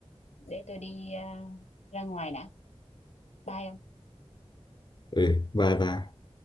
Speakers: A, on the left (about 85°); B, on the left (about 45°).
A: để tôi đi à, ra ngoài đã bye ông
B: ừ bye bye